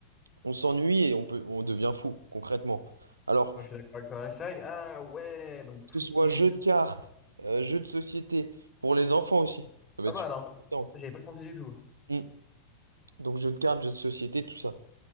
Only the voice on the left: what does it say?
Moi, je suis d'accord avec toi. C'est vrai que- ah ouais, donc tout
ce
qui est
jeu-
pas
mal,
hein.
Ça, J'avais pas pensé du tout.